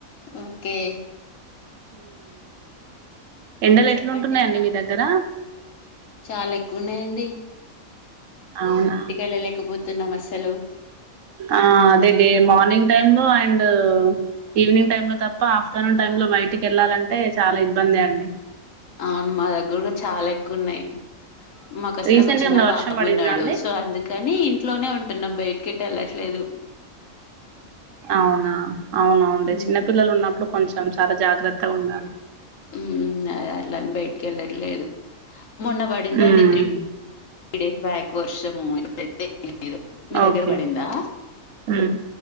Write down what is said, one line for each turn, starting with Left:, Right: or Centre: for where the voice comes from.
Left: ఓకే
Right: ఎండలు
Left: చెప్పండి
Right: ఎట్లుంటున్నాయండి
Left: ఇంకా
Right: మీ దగ్గర
Left: చాలా ఎక్కువన్నాయంండి
Right: అవునా
Left: వెళ్ళలేకపోతున్నాం అసలు
Right: ఆ అదే మ మార్నింగ్ టై లో అండ్ ఈవినింగ్ టై లో తప్ప ఆఫ్టర్నూన్ టై లో బయటికి వెళ్లాలంటే చాలా ఇబ్బంది అండి
Left: అవును మా దగ్గర కూడా చాలా ఎక్కువు న్నాయి మాకు అసలు
Right: రీసెంట్
Left: ఒక చిన్న
Right: గా ఏమన్నా
Left: బాబు
Right: వర్షం పడిందా
Left: ఉన్నాడు
Right: అండి
Left: సో అందుకని ఇంట్లోనే ఉంటున్నాం బయట ఎటు వెళ్ళట్లేదు
Right: అవునా అవుఅవునండీ
Left: మ్మ్
Right: చిన్నపిల్లలు ఉన్నప్పుడు కొంచెం కొంచం చాలా జాగ్రత్తగా ఉండాలి
Left: హ్మ్ హ్మ్ అద అలాని బయటికి వెళ్ళట్లేదు మొన్న పడిందండి
Right: ఉమ్
Left: త్రి తీ డేస్ బ్యాక్ వర్షము ఇతే లేదు మీ దగ్గర
Right: ఓకే
Left: పడిందా
Right: ఉమ్